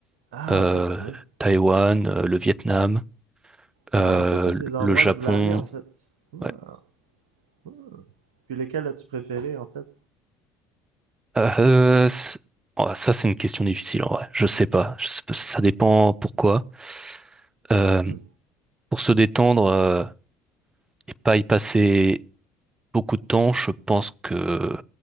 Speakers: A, on the right; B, on the right.
A: Ah,
B: euh,
A: ok, oui.
B: Taïwan, euh, le Vietnam, euh,
A: Ah, ok, tous des endroits
B: le Japon.
A: que je voulais aller en fait. Ah.
B: Ouais.
A: ah. Puis lesquels as-tu préféré en fait?
B: Euh, c'est- oh, ça, c'est une question difficile en vrai. Je sais pas. Je sais pas, Ça dépend pourquoi. Euh,
A: Hmm.
B: Pour se détendre euh, et pas y passer beaucoup de temps, je pense que